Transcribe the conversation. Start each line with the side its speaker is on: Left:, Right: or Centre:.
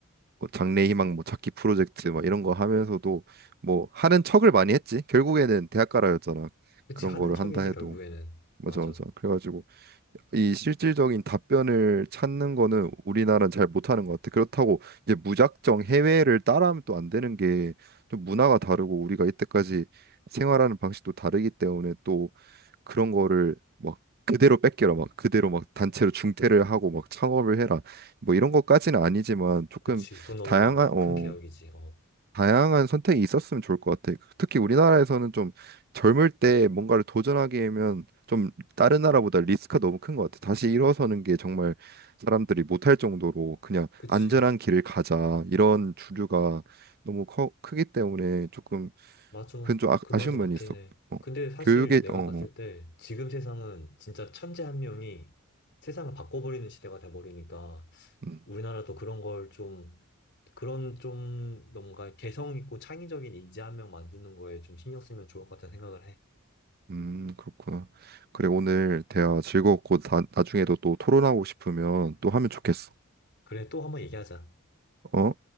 Right: 뭐 장래희망 뭐 찾기 프로젝트 막 이런 거 하면서도 뭐 하는 척을 많이 했지. 결국에는 대학가라였잖아.
Left: 그치,
Right: 그런
Left: 하는
Right: 거를
Left: 척이지,
Right: 한다 해도
Left: 결국에는.
Right: 맞아
Left: 맞아.
Right: 맞아. 그래가지고 이 실질적인 답변을 찾는 거는 우리나라는 잘 못하는 것 같아. 그렇다고 이제 무작정 해외를 따라하면 또 안 되는 게 좀 문화가 다르고 우리가 이때까지 생활하는 방식도 다르기 때문에 그런 거를 막 그대로 뺏겨라 막 그대로 막 단체로 중퇴를 하고 막 창업을 해라 뭐 이런 것까지는 아니지만 조금
Left: 그치, 그건 너무
Right: 다양한 어
Left: 큰 개혁이지. 어.
Right: 다양한 선택이 있었으면 좋을 것 같아. 특히 우리나라에서는 좀 젊을 때 뭔가를 도전하기에는 좀 다른 나라보다 리스크가 너무 큰 것 같아. 다시 일어서는 게 정말 사람들이 못할 정도로 그냥
Left: 그치,
Right: 안전한 길을 가자 이런 주류가 너무 커, 크기 때문에 조금
Left: 맞아.
Right: 그건 좀 아,
Left: 그
Right: 아쉬운
Left: 말도
Right: 면이
Left: 맞긴
Right: 있었고
Left: 해. 근데 사실
Right: 교육에
Left: 내가
Right: 어
Left: 봤을
Right: 어,
Left: 때 지금 세상은 진짜 천재 한 명이 세상을 바꿔버리는 시대가 돼버리니까
Right: 음.
Left: 우리나라도 그런 걸 좀, 그런 좀 뭔가 개성 있고 창의적인 인재 한 명 만드는 거에 좀 신경 쓰면 좋을 것 같다는 생각을 해.
Right: 음, 그렇구나. 그래, 오늘 대화 즐거웠고, 나, 나중에도 또 토론하고 싶으면 또 하면 좋겠어.
Left: 그래, 또 한번 얘기하자.
Right: 어?